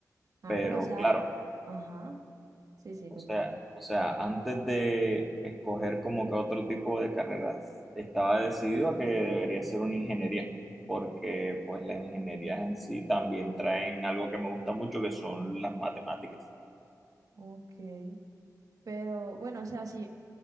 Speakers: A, on the right; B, in the centre.
A: Ah,
B: Pero
A: pero o sea,
B: claro,
A: ajá, sí, sí,
B: o
A: continúa.
B: sea, o sea, antes de escoger como que otro tipo de carreras, estaba decidido a que debería ser una ingeniería, porque pues las ingenierías en sí también traen algo que me gusta mucho, que son las matemáticas.
A: Ok. Pero bueno, o sea, sí.